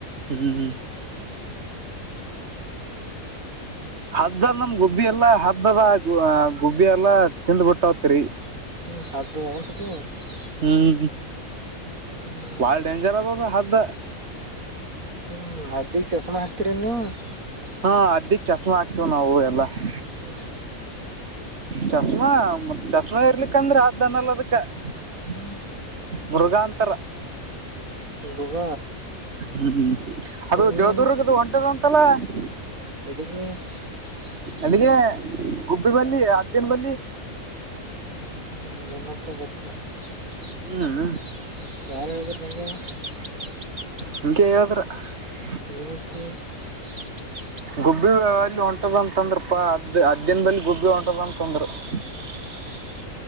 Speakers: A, on the right; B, on the right.
A: ಹ್ಮ್ಮ್. <inaudible> ಹದ್ದದ, ನಮ್, ಗುಬ್ಬಿ ಎಲ್ಲಾ! ಹದ್ದದ ಗುಬ್ಬಿ ಎಲ್ಲಾ, ತಿಂದು, ಬಿಟ್ಟಾವತಿರಿ. <inaudible>
B: ಹ್ಮ್, ಹಾದು, ಏನುವದು. <unintelligible>
A: ಹ್ಮ್. <inaudible>
B: ಹ್ಮ್
A: ಬಾಳ, ಡೇಂಜರ್! ಅದುದ, ಹಾದು. <inaudible>
B: ಹ್ಮ್, ಅದ್ದಿಗ್, ಚಷಮಾ, ಹಾಕ್ತೀರ, ನೀವು! <inaudible>
A: ಹಾ, ಅದ್ದಿದ್ದ, ಚಷಮಾ, ಆಗ್ತೇವ್! ನಾವು ಎಲ್ಲಾ? <inaudible>
B: ಉಶು. <unintelligible>
A: ಚಸ್ಮಾ, ಚಸ್ಮಾ, ಇರ್ಲಿಕ್ಕಂದ್ರೆ! ಅಧಿಯೇನುಲಾಧುಕ್ಕ. <unintelligible>
B: ಹ್ಮ್
A: ಮುರುಗಾನುತ್ತಾರ! <inaudible>
B: ಬುಗ
A: ಹ್ಮ್, ಅದು
B: ಮತ್ ನೀ
A: ದೇವದುರ್ಗ್ದ,
B: ಏನಂತ
A: ಒಂಟದ, ಅಂತಲ್ಲ. <inaudible>
B: ಎಲ್ಲಿಗೆ. <unintelligible>
A: ಅಲ್ಲಿಗೆ ಗುಬ್ಬಿ, ಬಲ್ಲಿ, ಅದ್ದಿನ ಬಲ್ಲಿ. <unintelligible>
B: ಹು, ಹೆಣ್ಣಪ, ಗೊತ್ತಿಲ್ಲ. <inaudible>
A: ಹ್ಮ್
B: ಯಾರು, ಹೇಳಿದ್ರು, ನಿನ್ಗೆ. <unintelligible>
A: ಹಂಗೆ, ಹೇಳಿದ್ರು. <unintelligible>
B: ಏನಂತೆ. <unintelligible>
A: ಗುಬ್ಬಿ, ಅಲ್ಲಿ ಹೊಂಟದಂತಂದ್ರಪ್ಪಾ! ಹತ್ತು ದಿನದಲ್ಲಿ, ಗುಬ್ಬಿ ಹೊಂಟದ, ಅಂತಂದ್ರು. <unintelligible> <unintelligible> <inaudible>